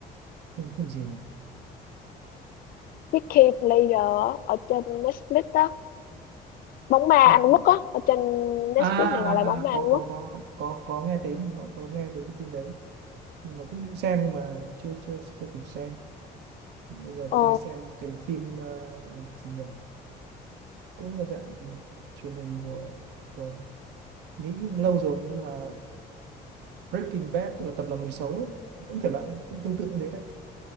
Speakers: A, on the right; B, on the left.
A: phim, phim gì nhỉ
B: Peaky Blinders ở trên Netflix đó. Bóng ma
A: không
B: Anh Quốc á, ở trên Netflix
A: à, à,
B: này gọi là bóng
A: à
B: ma
A: có,
B: Anh Quốc.
A: có có có có nghe đến có, có nghe đến cái phim đấy nhưng mà cũng định xem nhưng mà chưa chưa chưa kịp xem bây giờ
B: Ờ,
A: tôi đang xem cái phim ờ, gì nhỉ cũng là dạng truyền hình của của Mỹ lâu rồi nhưng là Breaking Bad tức là tập lòng người xấu ấy. vẫn thể loại cũng tương tự như thế đấy